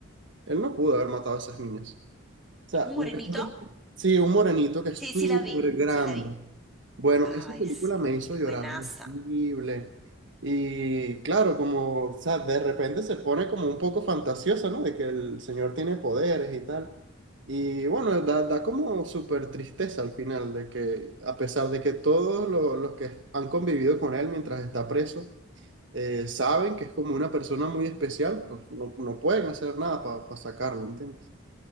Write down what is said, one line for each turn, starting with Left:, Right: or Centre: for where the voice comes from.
Right: él no pudo haber matado a esas niñas sea,
Centre: ¿Un
Right: lo
Centre: morenito?
Right: que pasa sí, un morenito que es
Centre: Sí,
Right: súper
Centre: sí la vi,
Right: grande.
Centre: sí la vi.
Right: Bueno,
Centre: Ay,
Right: esta película
Centre: sí,
Right: me hizo llorar
Centre: buenaza.
Right: horrible. Y claro, como, o sea, de repente se pone como un poco fantasiosa, ¿no? De que el señor tiene poderes y tal. Y bueno, da, da como súper tristeza al final, de que a pesar de que todos lo- los que han convivido con él mientras está preso, eh, saben que es como una persona muy especial, pues no, no pueden hacer nada para sacarlo, ¿entiendes?